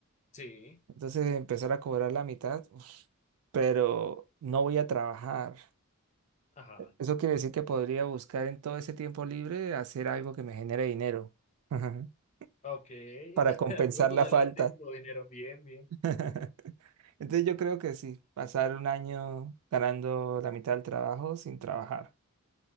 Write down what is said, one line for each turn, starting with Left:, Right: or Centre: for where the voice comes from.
Left: Sí,
Right: Entonces empezar a cobrar la mitad, uf, pero no voy a trabajar.
Left: ajá.
Right: Eso quiere decir que podría buscar en todo ese tiempo libre hacer algo que me genere dinero <laughs>
Left: Ok, <laughs>
Right: para compensar
Left: volvemos
Right: la
Left: a
Right: falta.
Left: lo de tiempo, dinero, bien, bien.
Right: <laughs> Entonces yo creo que sí, pasar un año ganando la mitad del trabajo sin trabajar.